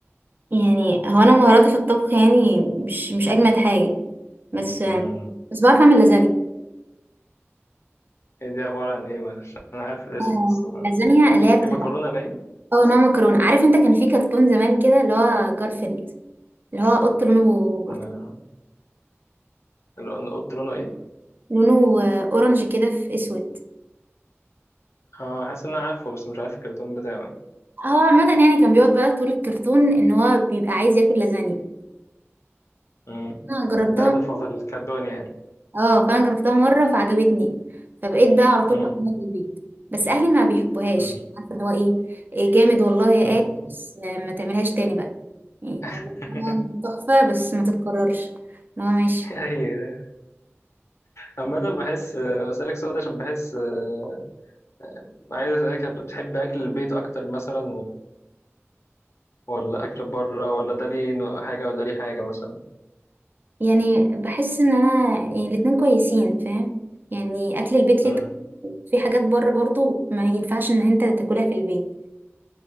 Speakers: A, on the right; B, on the left.
A: يعني هو انا مهاراتي في الطبخ يعني مش مش اجمد حاجة بس
B: مم.
A: بس بعرف اعمل لازانيا
B: هي دي عبارة عن ايه معلش انا عارف الاسم
A: آه،
B: بس ما...
A: لازانيا اللي هي
B: دي
A: بتبقى
B: مكرونة باين
A: اه نوع مكرونه عارف انت كان في كرتون زمان كده اللي هو جارفيلد اللي هو قط لونه برتقالي
B: آه، اللي قلنا- قلت لونه ايه
A: لونه آه، اورنج كده في اسود
B: اه حاسس ان انا عارفه بس مش عارف الكرتون بتاعه يعني
A: هو عامه يعني كان بيقعد بقى طول الكرتون ان هو بيبقى عايز ياكل لازانيا
B: مم.
A: انا جربتها
B: ده هدفه
A: مره
B: في الكرتون يعني
A: اه فانا جربتها مره فعجبتني فبقيت بقى على طول
B: مم.
A: بعملها في البيت بس اهلي ما بيحبوهاش
B: مم.
A: عارفه اللي هو ايه إيه جامد والله يا
B: مم.
A: اكل بس آه، ما تعملهاش تاني بقى يعني
B: <laughs>
A: هو آه، تحفه بس ما تتكررش اللي هو ماشي
B: ايوه عامة بحس آه، بسألك سؤال ده عشان بحس آه، عايز اسألك بتحب اكل البيت اكتر مثلا ولا اكل بره ولا ده ليه نوع- حاجه ولا ده ليه حاجه مثلا
A: يعني بحس ان انا يعني الاتنين كويسين فاهم يعني اكل البيت
B: امم
A: ليه طعم. في حاجات بره برضو ما ينفعش ان انت تاكلها في البيت